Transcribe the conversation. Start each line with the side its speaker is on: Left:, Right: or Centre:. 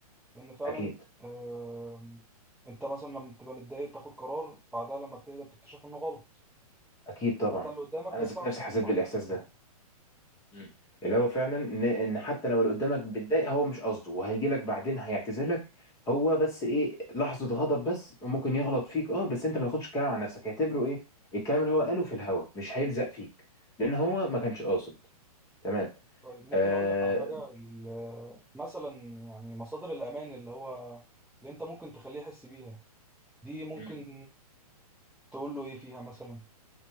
Centre: لان فعلا
Left: اكيد
Centre: آم، انت مثلا لما بتبقى متضايق بتاخد قرار بعدها لما بتهدى بتكتشف انه غلط
Left: اكيد طبعا
Centre: فانت اللي قدامك
Left: انا
Centre: ما ينفعش
Left: ذات نفسي
Centre: تحكم
Left: حسيت بالاحساس
Centre: عليه بكده
Left: ده مم. اللي هو فعلا ان إن حتى لو اللي قدامك بيتضايق هو مش قصده وهيجي لك بعدين هيعتذرلك هو بس ايه لحظه غضب بس وممكن يغلط فيك اه بس انت ما تاخدش الكلام على نفسك هيعتبره ايه الكلام اللي هو قاله في الهوا مش هيلزق فيك لان هو ما كانش قاصد تمام
Centre: طيب ممكن
Left: آه
Centre: اقول لك على حاجه ال- مثلا يعني مصادر الامان اللي هو اللي انت ممكن تخليه يحس بيها دي ممكن
Left: مم.
Centre: تقول له ايه فيها مثلا